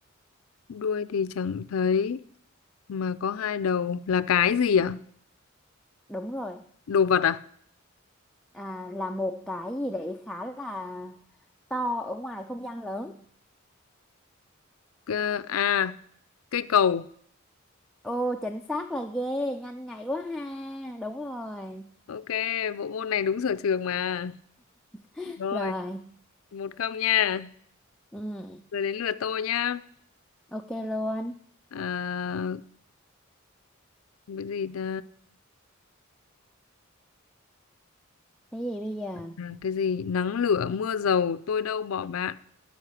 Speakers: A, on the left; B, in the centre.
A: Đuôi thì chẳng thấy mà có hai đầu là cái gì ạ?
B: đúng rồi
A: Đồ vật à?
B: à, là một cái gì đấy khá là to ở ngoài không gian lớn
A: Cơ, à, cây cầu.
B: ô chính xác là ghê nhanh nhạy quá ha đúng rồi
A: Ok, bộ môn này đúng sở trường mà.
B: <laughs>
A: Rồi,
B: rồi
A: một không nha.
B: ừ,
A: Giờ đến lượt tôi nha.
B: ok luôn
A: À, cái gì ta?
B: cái gì bây giờ
A: À, cái gì? Nắng lửa mưa dầu tôi đâu bỏ bạn.